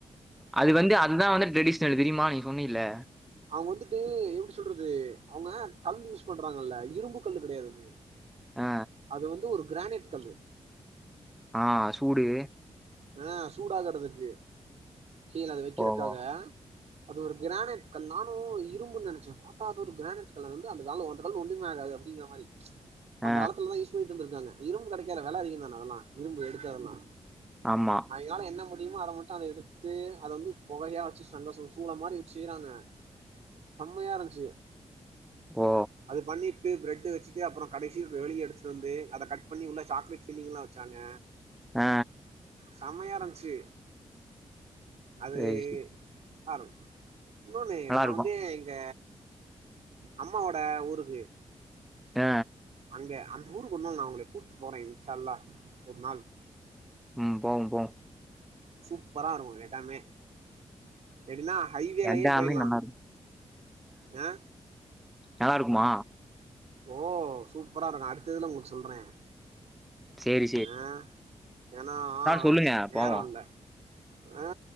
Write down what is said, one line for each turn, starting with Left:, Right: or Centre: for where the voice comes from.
Centre: அது வந்து அதுதா வந்து ட்ரெடிஷ்னல் தெரிமா நீ சொன்னில
Right: அவுங்க வந்துட்டு எப்டி சொல்றது அவுங்க கல் யூஸ் பண்றாங்கல்ல இரும்பு கல்லு கெடையாது அது
Centre: ஆ
Right: அது வந்து ஒரு கிரானைட் கல்லு
Centre: ஆ சூடு
Right: ஆ சூடாகறதுக்கு கீழ அத வக்கறக்காக
Centre: ஓவா!
Right: அது ஒரு கிரானைட்டு கல் நானு இரும்புனு நெனச்சே பாத்தா அது ஒரு கிரானைட் கல்லு அது வந்து அந்த கால அந்த கல்லு ஒன்னுமே ஆகாதுஅப்டிங்க மாரி
Centre: அ,
Right: அந்த காலத்துலலா யூஸ் பண்ணிட்ருந்திருக்காங்க இரும்பு கெடைக்காதுல வெல அதிகதான அதெல்லா இரும்பு எடுக்குறதெல்லா
Centre: ஆமா
Right: அவிங்கலால என்ன முடிமோ அர மட்டு அத எடுத்து அத வந்து பொகையா வச்சு செங்க சூ சூல மாரி வச்சு செய்றாங்க செம்மயாருந்துச்சு
Centre: ஓ!
Right: அது பண்ணி ட்டு பிரெட்டு வச்சுட்டு அப்றோ கடைசி வெளிய எடுத்துட்டு வந்து அத கட் பண்ணி உள்ள சாக்லேட் ஃபில்லிங்லா வச்சாங்க
Centre: ஆ
Right: செம்மயா இருந்ச்சு அது
Centre: சரி,
Right: <unintelligible>
Centre: சரி.
Right: இன்னொன்னு
Centre: நல்லாருக்கும்.
Right: நா வந்து எங்க அம்மாவோட ஊருக்கு
Centre: ஆ
Right: அங்க அந்த ஊருக்கு ஒர் நாள் நா உங்கள கூட்டு போற இன்ஷால்லா ஒரு நாள்
Centre: ம் போவோ போவோ
Right: சூப்பரா இருக்கு எடமே எப்டின்னா ஹைவேலயே
Centre: எல்லாமே
Right: போயிர்லா
Centre: நல்லாருக்கும்.
Right: ஆ
Centre: நல்லாருக்குமா
Right: ஓ சூப்பரா இருக்கு அடுத்த இதுல உங்களுக்கு சொல்றே
Centre: சேரி
Right: ஆ ஏனா
Centre: சொல்லுங்க
Right: நேரோ
Centre: போவோம்.
Right: இல்ல ஆ